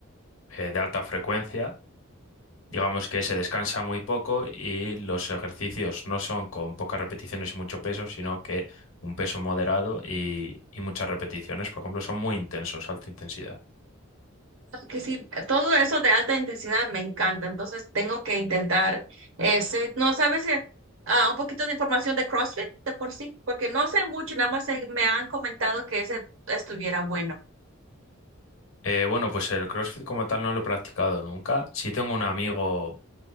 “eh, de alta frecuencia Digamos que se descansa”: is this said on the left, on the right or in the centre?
Left